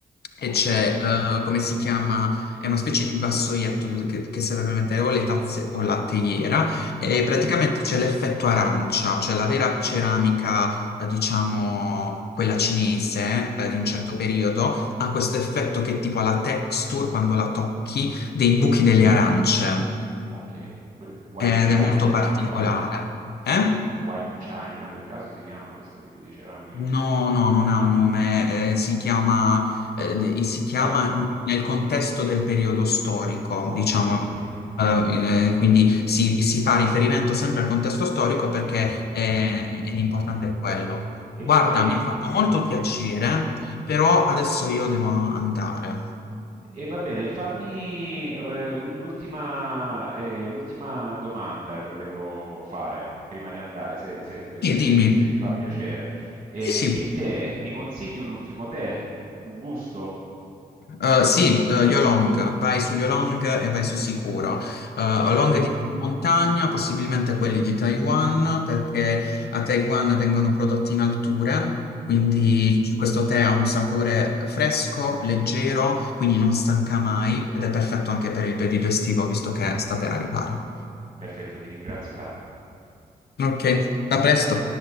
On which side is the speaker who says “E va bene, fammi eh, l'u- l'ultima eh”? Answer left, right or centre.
Right